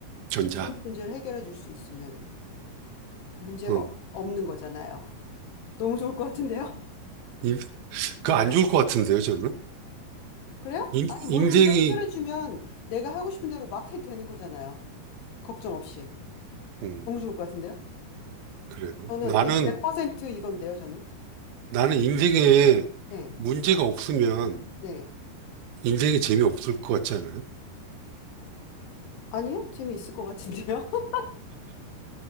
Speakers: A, on the right; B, on the left.
A: 전자.
B: 먼저 문제를 해결해 줄 수 있으면 문제가
A: 어.
B: 없는 거잖아요. 너무 좋을 것 같은데요?
A: 이-
B: 네.
A: 그 안 좋을 것 같은데요, 저는.
B: 그래요?
A: 인,
B: 아니,
A: 인생이,
B: 모든 문제 해결해주면 내가 하고 싶은 대로 막 해도 되는 거잖아요. 걱정 없이.
A: 음,
B: 너무 좋을 것 같은데요?
A: 그래요.
B: 저는
A: 나는,
B: 이- 100% 이건데요, 저는.
A: 나는 인생에
B: 네,
A: 문제가 없으면
B: 네.
A: 인생이 재미없을 것 같지 않아요?
B: 아니요? 재미있을 것 같은데요? <laughs>